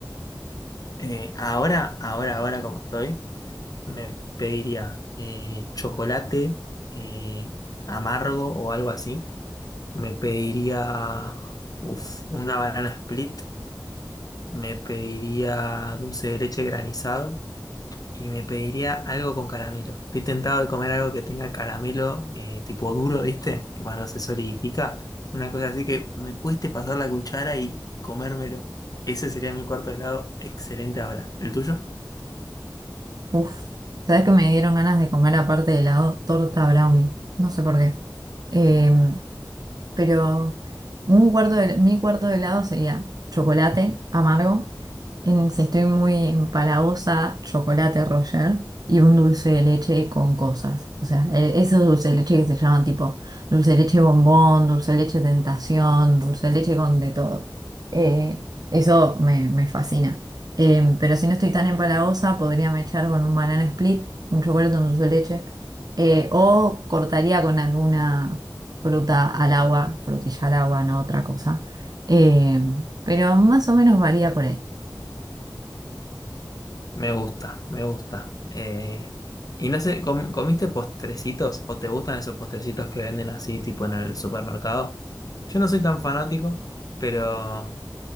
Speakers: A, on the left; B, on the right.
A: Eh, ahora, ahora, ahora como estoy, me pediría eh, chocolate eh, amargo o algo así. Me pediría uf, una banana split. Me pediría dulce de leche granizado Y me pediría algo con caramelo. Estoy tentado de comer algo que tenga caramelo eh, tipo duro, ¿viste? Cuando se solidifica. Una cosa así que me cueste pasar la cuchara y comérmelo. Ese sería mi cuarto de helado. Excelente ahora. ¿El tuyo?
B: Uf, ¿sabes que me dieron ganas de comer aparte de helado, torta brownie? No sé por qué. Eh, pero un cuarto de, mi cuarto de helado sería chocolate amargo, en, si estoy muy empalagosa, chocolate Roger y un dulce de leche con cosas. O sea, e- esos dulces de leche que se llaman tipo dulce de leche bombón, dulce de leche tentación, dulce de leche con de todo. Eh, eso me, me fascina. Eh, pero si no estoy tan empalagosa, podría me echar con un banana split, un chocolate con dulce de leche, eh, o cortaría con alguna fruta al agua, frutilla al agua, no otra cosa. Eh, pero más o menos varía por ahí. <laughs>
A: Me gusta, me gusta. Eh, y no sé, ¿com- ¿comiste postrecitos o te gustan esos postrecitos que venden así tipo en el supermercado? Yo no soy tan fanático, pero